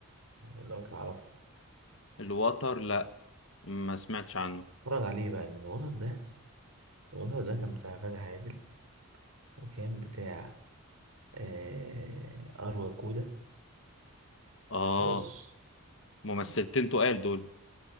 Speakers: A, on the right; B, on the left.
A: لو تعرفه
B: الوتر لا ما سمعتش عنه
A: اتفرج عليه بقى لأن الوتر ده الوتر ده كان بتاع غادة عادل وكان بتاع آه، أروى جودة
B: اه
A: خلاص
B: ممثلتين تقال دول